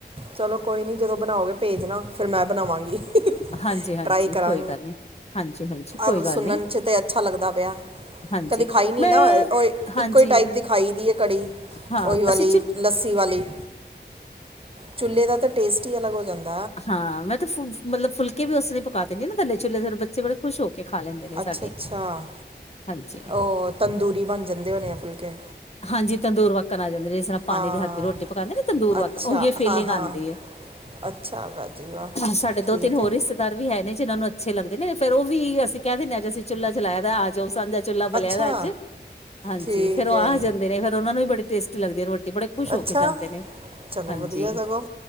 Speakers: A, on the right; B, on the left.
A: ਚਲੋ ਕੋਈ ਨੀ, ਜਦੋਂ ਬਣਾਓਗੇ ਭੇਜ ਦੇਣਾ, ਫਿਰ ਮੈਂ ਬ ਬਣਾਵਾਂਗੀ। <unintelligible>
B: ਹਾਂਜੀ-ਹਾਂਜੀ
A: ਟਰਾਈ ਕਰਾਂ,
B: ਕੋਈ ਗੱਲ ਨੀ, ਹਾਂਜੀ-ਹਾਂਜੀ ਕੋਈ
A: ਅਵ
B: ਗੱਲ
A: ਸੁਣਨ
B: ਨੀ,
A: ਚ ਤੇ ਅੱਛਾ ਲੱਗਦਾ ਪਿਆ,
B: ਹਾਂਜੀ
A: ਕਦੇ ਖਾਈ ਨਈ
B: ਮੈਂ
A: ਨਾ, ਉਏ
B: ਹਾਂਜੀ
A: ਇੱਕੋ ਹੀ ਟਾਈਪ ਦੀ ਖਾਈ ਦੀ ਏ ਕੜੀ।
B: ਹਾਂ ਅਸੀ
A: <unintelligible> ਲੱਸੀ ਵਾਲੀ, ਚੁੇੱਲੇ ਦਾ ਤਾਂ ਟੇਸ ਟ ਈ <unintelligible>
B: ਹਾਂ ਮੈਂ ਤਾਂ ਫ-ਫੂ ਮਤਲਬ ਫੁਲਕੇ ਵੀ ਉਸੱਰਾਂ ਈ ਪਕਾ ਦਿੰਦੀ ਨਾ ਥੱਲੇ ਚੁੱਲ੍ਹੇ ਤੇ ਬੱਚੇ ਬੜੇ ਖੁਸ਼ ਹੋ ਕੇ ਖਾ ਲੈਂਦੇ ਨੇ
A: ਅੱਛਾ-ਅੱਛਾ,
B: ਸਾਡੇ ਹਾਂਜੀ।
A: ਓਹ ਤੰਦੂਰੀ ਬਣ ਜਾਂਦੇ ਹੋਣੇ ਆ ਫੁਲਕੇ।
B: ਹਾਂਜੀ ਤੰਦੂਰ ਵਾੱਕਣ ਆ ਜਾ ਕਦੇ ਜਿਸ ਤਰ੍ਹਾਂ ਪਾਣੀ
A: ਹਾਂ
B: ਦੀ ਹੱਥ ਦੀ ਰੋਟੀ ਪਕਾਉਂਦੇ ਨੀ ਤੰਦੂਰ ਵੱਕਣ
A: ਅੱਛਾ
B: ਉਹੀਔ ਫੀਲਿੰਗ
A: ਹਾਂ ਹਾਂ
B: ਆਂਦੀ ਏ।
A: ਅੱਛਾ ਵਾਹ ਜੀ ਵਾਹ
B: ਸਾਡੇ ਦੋ
A: ਠੀਕ
B: ਤਿੰਨ ਹੋਰ
A: ਹੈ
B: ਰਿਸ਼ਤੇਦਾਰ ਵੀ ਹੈ ਨੇ ਜਿਹਨਾਂ ਨੂੰ ਅੱਛੇ ਲੱਗਦੇ ਨੇ ਫ਼ੇਰ ਉਹ ਵੀ ਅਸੀਂ ਕਹਿ ਦਿੰਣੇ ਹਾਂ, ਜੀ ਅਸੀਂ ਚੁੱਲ੍ਹਾ ਚਲਾਯਾ ਦਾ ਆ ਜਾਓ। ਸਾਂਜਾ ਚੁੱਲ੍ਹਾ ਬਲਿਆ
A: ਅੱਛਾ
B: ਵੇ ਅੱਜ ਹਾਂਜੀ
A: ਠੀਕ
B: ਫੇਰ ਓਹ
A: ਹੈ
B: ਆ ਜਾਂਦੇ ਨੇ, ਫਿਰ ਉਹਨਾ ਨੂੰ ਵੀ ਬੜੇ ਟੇਸ ਲੱਗਦੀ ਏ ਰੋ ਬੜੇ ਖੁਸ਼
A: ਅੱਛਾ
B: ਹੋ ਕੇ ਜਾਂਦੇ ਨੇ
A: ਚਲੋ
B: ਹਾਂਜੀ।
A: ਵਧੀਆ ਸਗੋਂ